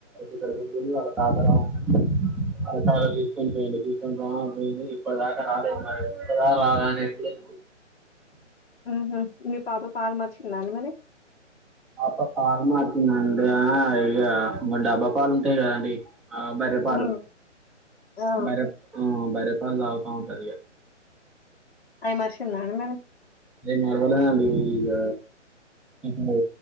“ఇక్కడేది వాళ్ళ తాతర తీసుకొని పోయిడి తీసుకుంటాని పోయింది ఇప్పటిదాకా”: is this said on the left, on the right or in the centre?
Centre